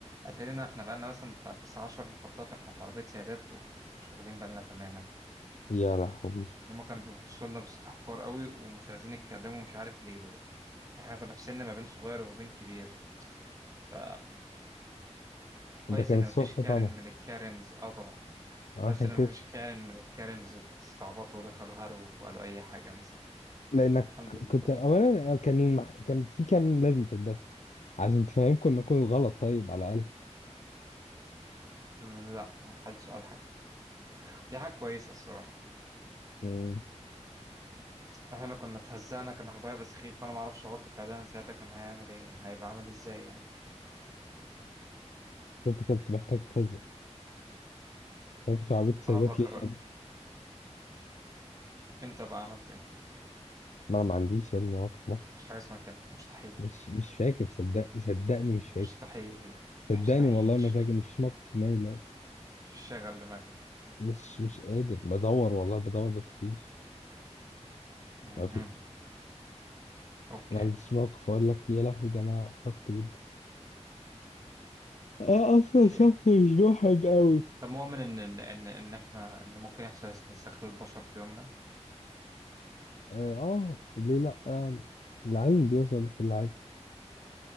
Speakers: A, on the right; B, on the left.
A: اتارينا احنا بقالنا مثلا بتاع تسع عشر محطات واحنا في عربيه سيادات ومش واخدين بالنا تماما
B: يا لهوي
A: هما كانوا بيبصوا لنا باستحقار قوي ومش عايزين يتكلموا مش عارف ليه برضه يعني احنا كنا في سن ما بين صغير وما بين كبير ف كويس
B: ده كان
A: ان
B: الصبح
A: مفيش كارن
B: طبعا
A: من الكارنز اه طبعا
B: عشان
A: كويس ان
B: كده
A: مفيش كارن من الكارنز استعبطوا ودخلوا هارو وقالوا اي حاجه مثلا
B: لانك
A: الحمد لله
B: كنت
A: طبعا
B: اولا كان المح... كان في كان لازم تتدخل عشان تفهمكم انكم غلط طيب على الاقل
A: م، لا ما حلتش قال حاجه دي حاجه كويسه الصراحه
B: امم
A: احنا كنا اتهزقنا كان الموضوع هيبقى سخيف فانا ما اعرفش رد فعلنا ساعتها كان هيعمل ايه هيبقى عامل ازاي يعني
B: انت كنت محتاج تهزر راكب في عربيه سيدات
A: اه فكر
B: ليه يا ابني
A: انت بقى عملت ايه
B: ما انا ما عنديش يا ابني موقف واحد
A: مش حاجه اسمها كده مستحيل
B: مش مش فاكر صدقني صدقني مش
A: مستحيل
B: فاكر
A: مستحيل
B: صدقني والله ما
A: ش-
B: فاكر مفيش موقف في دماغي دلوقتي
A: شغل دماغك
B: مش مش قادر بدور والله بدور بس مفيش
A: مهم.
B: مفيش
A: اوكي
B: ما عنديش موقف اقول لك يا لهوي ده انا احرجت جدا انا اصلا
A: اوكي
B: شخص مش محرج قوي
A: طب مؤمن ان ان ان إن احنا ان ممكن يحصل استنساخ للبشر في يوم ما
B: اه آه، ليه لا يعني العلم بيوصل لكل حاجه